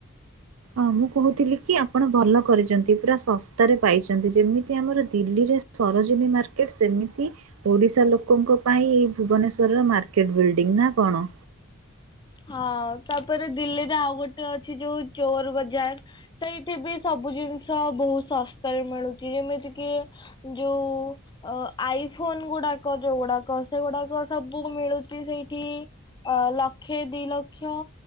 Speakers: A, on the right (about 85°); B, on the left (about 20°).
A: ହଁ, ମୁଁ କହୁଥିଲି କି ଆପଣ ଭଲ କରିଛନ୍ତି ପୁରା ଶସ୍ତାରେ ପାଇଛନ୍ତି। ଯେମିତି ଆମର ଦିଲ୍ଲୀରେ ସରୋଜିନୀ ମାର୍କେଟ ସେମିତି ଓଡ଼ିଶା ଲୋକଙ୍କ ପାଇଁ ଏଇ ଭୁବନେଶ୍ଵରର ମାର୍କେଟ ବିଲ୍ଡିଂ ନା କଣ?
B: ହଁ, ତାପରେ ଦିଲ୍ଲୀରେ ଆଉ ଗୋଟେ ଅଛି ଯୋଉ ଚୋର୍ ବଜାର। ସେଇଠି ବି ସବୁ ଜିନିଷ ବହୁତ ଶସ୍ତାରେ ମିଳୁଚି ଯେମିତି କି ଯୋଉ ଅ ଆଇ ଫୋନ୍ ଗୁଡାକ ଯୋଉଗୁଡାକ ସେଗୁଡାକ ସବୁ ମିଳୁଚି ସେଇଠି ଅ ଲକ୍ଷେ ଦିଇ ଲକ୍ଷ